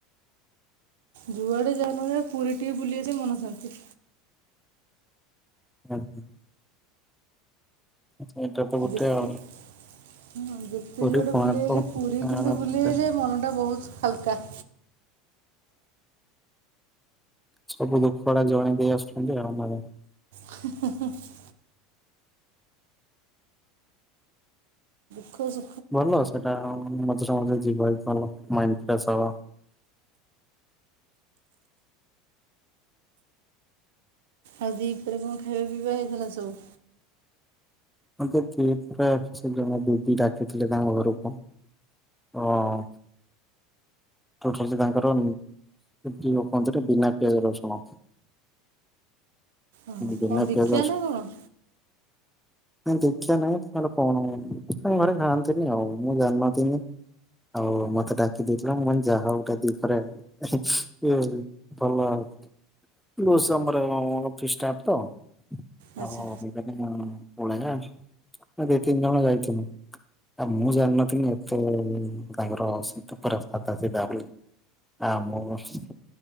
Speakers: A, on the right; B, in the centre.
A: ଯୁଆଡେ ଯାଆ ନ ଯା ପୁରୀ ଟିକେ ବୁଲିିଆସିବୁ ମନସାନ୍ତି।
B: ହୁଁ ହ <unintelligible> ସେଇଟା ତ ଗୋଟେ
A: ଯେତେ
B: ଆଉ
A: ହଁ ଯେତେ
B: ପୁରୀ
A: ଯୁଆଡେ
B: କୋଣାର୍କ
A: ବୁଲିଆଇଲେ ପୁରୀ
B: ଆଉ
A: କିନ୍ତୁ ବୁଲି ଆଇଲେ ମନ ଟା ବୋହୁତ ହାଲକା।
B: ସବୁ ଦୁଃଖ ଉଡା ଜଣେଇ ଦେଇ ଆସୁଛନ୍ତି ଆଉ।
A: <inaudible> ଖୋସ୍
B: ଭଲ ସେଟା ମଝିରେ ମଝିରେ ଯିବ ଭଲ ମାଇଣ୍ଡ ଫ୍ରେଶ ହବ।
A: ଆଉ ଦିପହରେ କଣ ଖାଇବା ପିଇବା ହେଇଥିଲା ସବୁ।
B: ମତେ କିଏ ପୁରା ସେ ଜଣେ ଦିଦି ଡାକିଥିଲେ ତାଙ୍କ ଘରକୁ। ହଁ <unintelligible> ତାଙ୍କର ଯ କୁହନ୍ତି ବିନା ପିଆଜ ରସୁଣ
A: ଅହ୍
B: ବିନା
A: କଣ ଦୀକ୍ଷା
B: ପିଆଜ
A: ନା କଣ।
B: ନାଇ ଦୀକ୍ଷା ନାଇଁ ତାଙ୍କର କଣ ତାଙ୍କ ଘରେ ଖାଆନ୍ତିନି ଆଉ ମୁଁ ଜାଣିନଥିନି। ଆଉ ମତେ ଡାକି ଦେଇଥିଲା ମୁଁ କହନୀ ଯା ହଉ ଗୋଟେ ଦିପରେ <inaudible> <unintelligible> ଅଫିସ ଷ୍ଟାଫ୍ ତ <unintelligible>
A: ଆଚ୍ଛା
B: <unintelligible> ଦି ତିନି ଜଣ ଯାଇଥିନୁ। ଆଉ ମୁଁ ଜାଣିନଥିନି ଏତେ ତାଙ୍କର <unintelligible> ସାଧା ସିଧା ବୋଲି। ଆମ <unintelligible>